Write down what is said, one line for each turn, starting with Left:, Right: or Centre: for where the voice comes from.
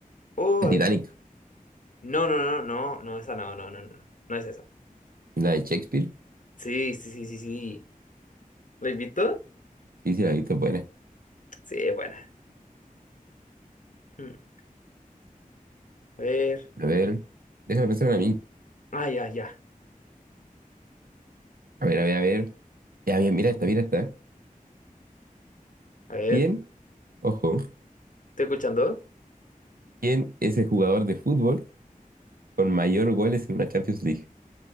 Left: o...
Right: El
Left: a
Right: Titanic.
Left: ver, No, no, no, no, no, esa no, no, no, no, no, no es esa.
Right: La de Shakespeare.
Left: Sí, sí, sí, sí, sí. ¿La invitó?
Right: Sí, sí, la he visto, es buena.
Left: Sí, es buena. Mm, A ver.
Right: A ver. Déjame pensar en a mí.
Left: Ah, ya, ya.
Right: A ver, a ver, a ver. Ya, bien, mira esta, mira esta.
Left: A ver,
Right: ¿Quién, ojo,
Left: ¿estoy escuchando?
Right: quién es el jugador de fútbol con mayor goles en una Champions League?